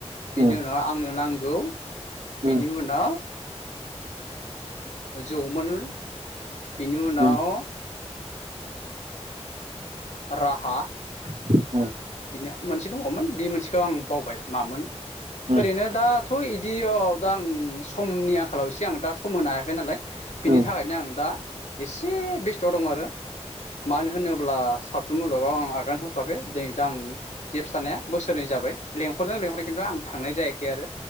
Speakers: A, on the left (about 85°); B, on the right (about 80°).
A: बिनि
B: उम
A: उनाव आंनो नां गौ
B: उम
A: बेनि उनाव जौमोन बिनि उनाव
B: उम
A: राहा
B: <unintelligible>
A: नो मोनसे दङमोन बे मोनसेखौ आं बावबाय मामोन
B: उम
A: ओरैनो दा थ' इदियाव दा आं समनि आंखालाव एसे आं दा सम होनो हायाखै नालाय। बेनि
B: उम
A: थाखायनो आं दा एसे बेस थ' दं आरो मानो होनोब्ला सावथुन मुलुगाव आं आगान होथ'वाखै नै दा आं गेप्स थानाया बोसोरनै जाबाय लें हरो लेंहरो खिन्थु आं थांनाय जायाखै आरो